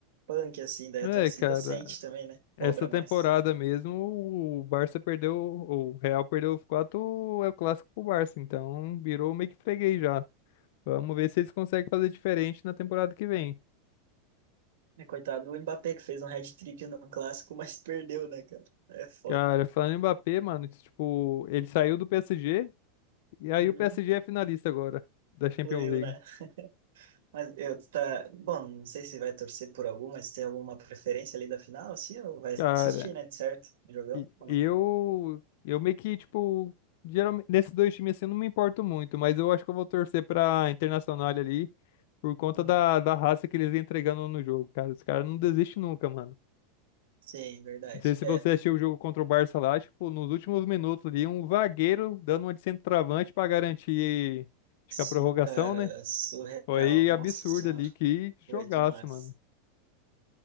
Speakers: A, on the right (about 75°); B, on the left (about 55°).
A: punk, assim, daí
B: É,
A: a torcida
B: cara,
A: sente também, né?
B: essa
A: Cobra mais.
B: temporada mesmo, o Barça perdeu, o Real perdeu os quatro, é o clássico pro Barça, então virou meio que freguês já. Vamos ver se eles conseguem fazer diferente na temporada que vem.
A: É, coitado do Mbappé que fez um hat-trick no clássico, mas perdeu, né, cara? É foda.
B: Cara, falando em Mbappé, mano, tipo, ele saiu do PSG e aí
A: Uhum.
B: o PSG é finalista agora da Champions
A: Fluiu,
B: League.
A: né? Mas eu tá. Bom, não sei se vai torcer por algum, mas tem alguma preferência ali da final, sim, ou vai
B: Cara,
A: assistir, né? De certo? o Jogão
B: E-
A: ou
B: Eu,
A: não?
B: eu meio que, tipo, geralmente, nesses dois times assim, eu não me importo muito, mas eu acho que eu vou torcer pra Internacional ali por conta
A: Uhum.
B: da, da raça que eles vêm entregando no jogo, cara. Os caras não desistem nunca, mano.
A: Sim, verdade.
B: Não sei se
A: É.
B: você assistiu o jogo contra o Barça lá, tipo, nos últimos minutos ali, um zagueiro dando uma de centroavante pra garantir, acho
A: Sim,
B: que a prorrogação,
A: cara,
B: né?
A: surreal.
B: Foi
A: Nossa
B: absurdo
A: Senhora.
B: ali, que jogaço,
A: Foi demais.
B: mano.